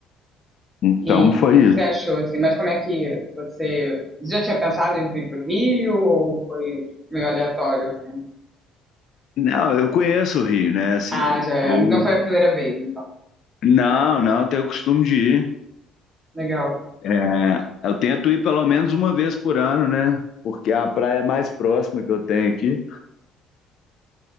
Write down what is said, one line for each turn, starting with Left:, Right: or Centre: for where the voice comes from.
Left: Então
Centre: E
Left: foi
Centre: o que que você
Left: isso.
Centre: achou, assim? Mas como é que você... Você já tinha pensado em vir pro Rio ou foi meio aleatório, assim?
Left: Não, eu conheço o Rio, né? Assim,
Centre: Ah,
Left: eu,
Centre: já é.
Left: eu...
Centre: Não foi a primeira vez, então.
Left: Não, não, eu tenho o costume de ir.
Centre: Legal.
Left: É, eu tento ir pelo menos uma vez por ano, né? Porque é a praia mais próxima que eu tenho aqui.